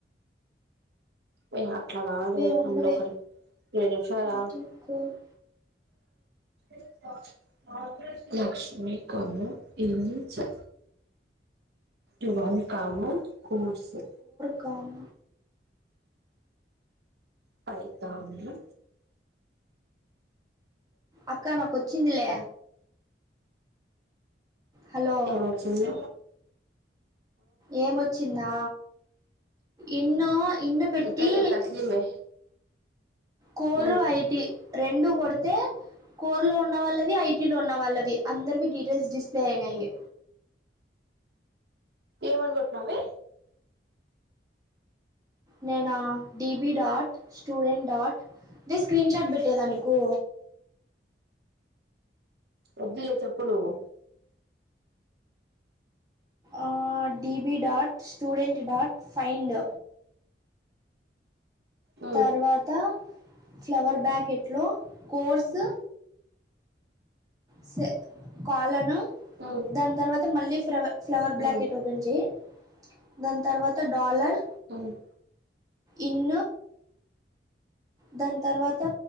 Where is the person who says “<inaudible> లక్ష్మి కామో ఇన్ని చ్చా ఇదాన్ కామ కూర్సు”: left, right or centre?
Right